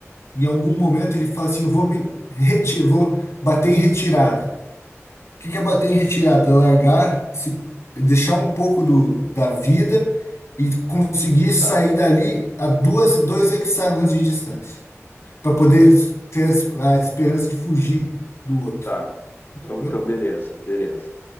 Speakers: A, on the left (about 70°); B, on the left (about 45°).
A: em algum momento ele fala assim, eu vou me retirar, vou bater em retirada. O que que é bater em retirada? Largar, se deixar um pouco do, da vida e conseguir sair
B: tá,
A: dali a duas, dois hexágonos de distância, para poder ter a es- a esperança de fugir do outro,
B: tá.
A: entendeu?
B: Então, então, beleza, beleza.